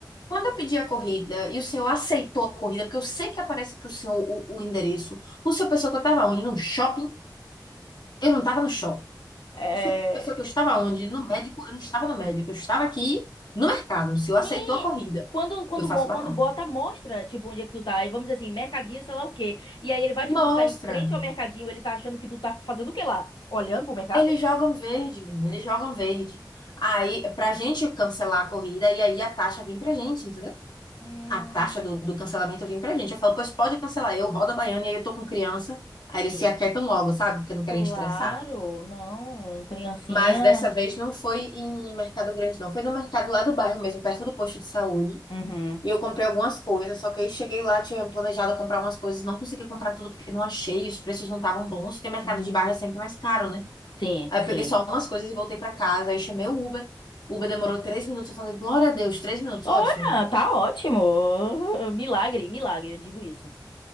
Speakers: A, on the left (about 65°); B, on the left (about 85°).
A: Quando eu pedi a corrida e o senhor aceitou a corrida, porque eu sei que aparece para o senhor o, o endereço, o senhor pensou que eu estava onde? No shopping? Eu não estava no shopping.
B: É.
A: O senhor pensou que eu estava onde? No médico? Eu não estava no médico. Eu estava aqui no mercado. O senhor
B: Sim.
A: aceitou a corrida.
B: Quando, quando,
A: Eu faço
B: mo-
A: barraco.
B: quando bota, mostra, tipo, onde é que tu tá. E vamos dizer assim, mercadinho, sei lá o quê. E aí ele vai te buscar
A: Mostra.
B: em frente ao mercadinho, ele tá achando que tu tá fazendo o quê lá? Olhando pro mercado?
A: Eles jogam verde, menino. Eles jogam verde. Aí, pra gente cancelar a corrida, e aí a taxa vem pra gente, entendeu?
B: Hum,
A: A taxa do, do cancelamento vem pra gente. Eu falo, pois pode cancelar. Eu rodo a baiana e aí eu tô com criança. Aí eles
B: sim.
A: se aquietam logo, sabe? Porque não
B: Claro,
A: querem estressar.
B: não. um Criancinha.
A: Mas dessa vez não foi em Mercado Grande, não. Foi no mercado lá do bairro mesmo, perto do posto de saúde.
B: Uhum.
A: E eu comprei algumas coisas, só que aí cheguei lá, tinha planejado comprar umas coisas, não consegui comprar tudo porque não achei, os preços não estavam bons, porque mercado
B: Hum,
A: de bairro é sempre mais caro, né?
B: sim,
A: Aí
B: sim.
A: eu peguei só umas coisas e voltei pra casa, aí chamei o Uber. O Uber demorou três minutos, eu falei, glória a Deus, três minutos,
B: Olha,
A: ótimo.
B: tá ótimo. Milagre, milagre, eu digo isso.